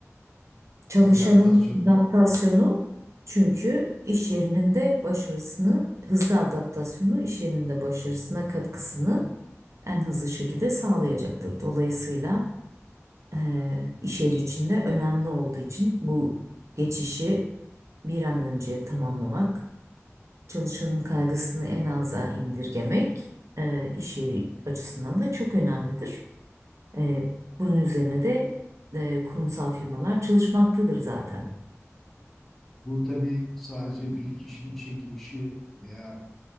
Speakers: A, on the right; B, in the centre.
A: Çalışanın
B: oryantasyon,
A: adaptasyonu
B: evet.
A: çünkü iş yerinin de başarısını, hızlı adaptasyonu iş yerinin de başarısına katkısını en hızlı şekilde sağlayacaktır. Dolayısıyla eee iş yeri içinde önemli olduğu için bu geçişi bir an önce tamamlamak, çalışanın kaygısını en aza indirgemek eee iş yeri açısından da çok önemlidir. Eee, bunun üzerine de eee, kurumsal firmalar çalışmaktadır zaten.
B: Bu tabii sadece bir kişinin işe girişi veya